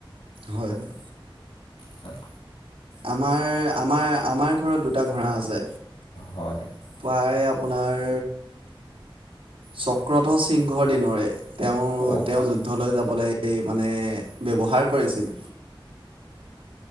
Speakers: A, on the right; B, on the left.
A: হয়, হয়।
B: হয়।
A: আমাৰ আমাৰ আমাৰ ঘৰত দুটা ঘোঁৰা আছে।
B: হয়
A: প্ৰায় আপোনাৰ চক্ৰধ সিংহৰ দিনৰে। তেওঁ
B: অ'
A: তেওঁ যুদ্ধলৈ যাব। বোলে এই মানে ব্যৱহাৰ কৰিছিল।